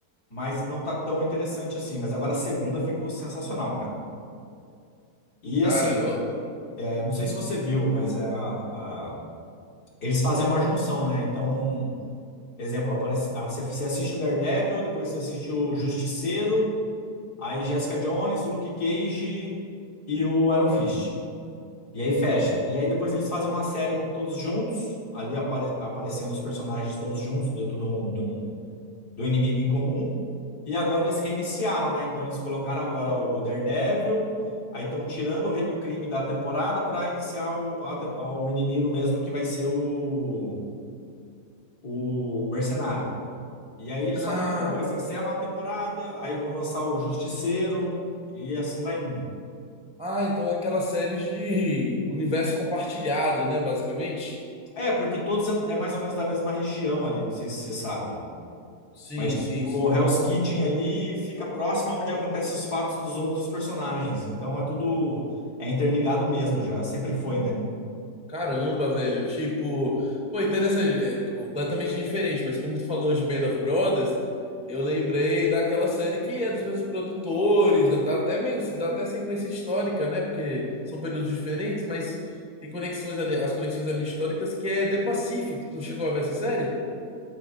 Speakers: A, on the left; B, in the centre.
A: mas não tá tão interessante assim. Mas agora a segunda ficou sensacional, cara. E
B: Cara,
A: assim,
B: eu...
A: é, não sei se você viu, mas é, a- eles fazem uma junção, né? Então, exemplo, aparece, ah, você, você assiste o Daredevil, depois você assiste o Justiceiro, aí Jessica Jones, Luke Cage e o Iron Fist. E aí fecha. E aí depois eles fazem uma série com todos juntos, ali apare- aparecendo os personagens todos juntos dentro de um, de um- do inimigo em comum. E agora eles reiniciaram, né? Então eles colocaram agora o o Daredevil, aí estão tirando o Rei do Crime da temporada para iniciar o, a te- o inimigo mesmo, que vai ser o, o, o Mercenário. E aí eles
B: Ah.
A: fazem a mesma coisa, encerram a temporada, aí vão lançar o Justiceiro, e assim vai indo.
B: Ah, então é aquela série de universo compartilhado, né, basicamente?
A: É, porque todos é, é mais ou menos da mesma região ali, não sei se você sabe.
B: Sim,
A: Mas tipo,
B: sim, sim.
A: o Hell's Kitchen ali fica próximo aonde acontecem os fatos dos outros personagens. Então é tudo. É interligado mesmo já, sempre foi, né?
B: Caramba, velho, tipo, pô, interessante, é completamente diferente, mas como tu falou de Band of Brothers, eu lembrei daquela série que é dos mesmos produtores, dá até meio, dá até sequência histórica, né? Porque são períodos diferentes, mas tem conexões ali, as conexões ali históricas que é The Pacific. Tu chegou a ver essa série?